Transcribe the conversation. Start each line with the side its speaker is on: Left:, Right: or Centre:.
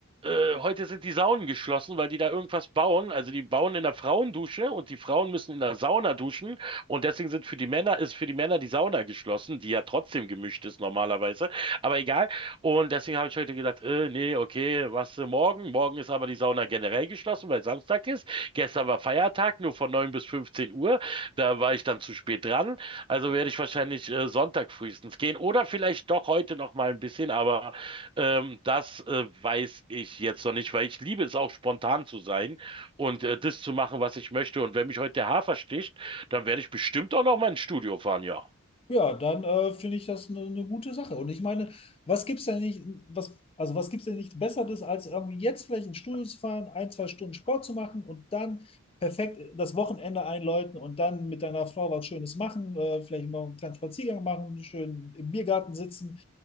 Right: äh, heute sind die Saunen geschlossen, weil die da irgendwas bauen. Also die bauen in der Frauendusche und die Frauen müssen in der Sauna duschen. Und deswegen sind für die Männer, ist für die Männer die Sauna geschlossen, die ja trotzdem gemischt ist normalerweise. Aber egal. Und deswegen habe ich heute gedacht, äh, nee, okay, was äh, morgen? Morgen ist aber die Sauna generell geschlossen, weil Samstag ist. Gestern war Feiertag, nur von 9 bis 15 Uhr. Da war ich dann zu spät dran. Also werde ich wahrscheinlich äh, Sonntag frühestens gehen oder vielleicht doch heute noch mal ein bisschen, aber ähm, das äh, weiß ich jetzt noch nicht, weil ich liebe es auch spontan zu sein und äh, das zu machen, was ich möchte. Und wenn mich heute der Hafer sticht, dann werde ich bestimmt auch noch mal ins Studio fahren, ja.
Left: Ja, dann äh, finde ich das eine eine gute Sache. Und ich meine, was gibt's denn nicht, was, also was gibt's denn nicht Besseres, als irgendwie jetzt vielleicht ins Studio zu fahren, ein, zwei Stunden Sport zu machen und dann perfekt das Wochenende einläuten und dann mit deiner Frau was Schönes machen, äh, vielleicht noch einen kleinen Spaziergang machen, schön im Biergarten sitzen,